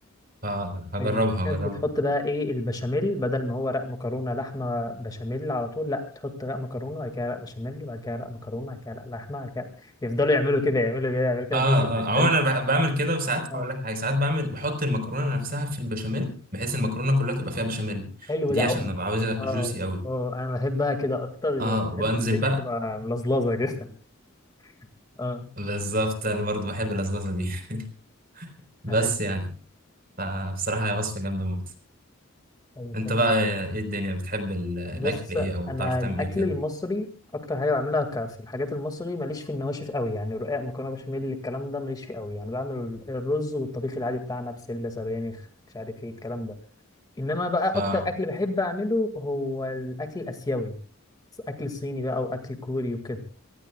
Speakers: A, on the right; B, on the left.
A: اه هجربها
B: آه، في ناس
A: هجربها
B: بتحط بقى ايه البشاميل بدل ما هو رق مكرونة لحمة بشاميل على طول لا بتحط رق مكرونة بعد كده رق بشاميل وبعد كده رق مكرونة بعد كده رق لحمة بعد كده يفضلوا يعملوا كده يعملوا كده يعملوا كده
A: اه
B: بحيث ان
A: اه
B: انت
A: عموما
B: ال-
A: انا ب- بعمل كده وساعات
B: آه.
A: هقول لك حاجه ساعات بعمل بحط المكرونه نفسها في البشاميل بحيث المكرونه كلها تبقى فيها بشاميل
B: حلو
A: دي
B: ده قوي
A: عشان ابقى عاوزها
B: اه
A: جوسي قوي
B: اه انا بحبها كده اكتر
A: اه
B: بحب
A: وانزل
B: الدنيا
A: بقى
B: تبقى ملزلزه كده <laughs> اه
A: بالظبط انا برضو بحب اللزلزه دي <laughs> بس
B: أيوة.
A: يعني فبصراحه هي وصفه جامده موت
B: طيب
A: انت
B: حلو
A: بقى ايه الدنيا بتحب ال- الاكل
B: بص
A: ايه او
B: انا
A: بتعرف تعمل
B: الاكل
A: ايه بكده
B: المصري اكتر حاجه بعملها ك- في الحاجات المصري ماليش في النواشف قوي يعني رقاق مكرونه بشاميل الكلام ده ماليش فيه قوي يعني بعمل ال- الرز والطبيخ العادي بتاعنا بسله سبانخ مش عارف ايه الكلام ده انما بقى
A: اه
B: اكتر اكل بحب اعمله هو الاكل الاسيوي اكل صيني بقى واكل كوري وكده